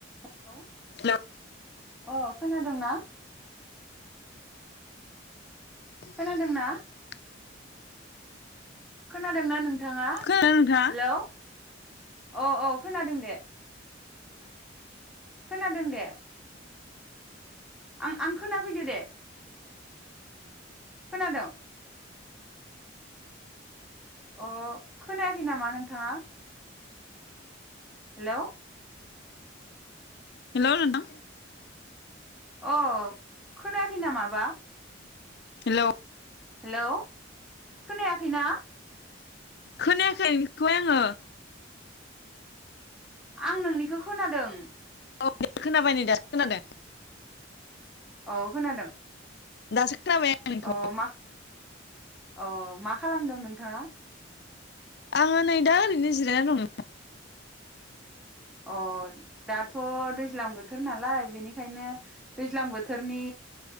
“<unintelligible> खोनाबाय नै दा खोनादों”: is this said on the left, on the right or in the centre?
Left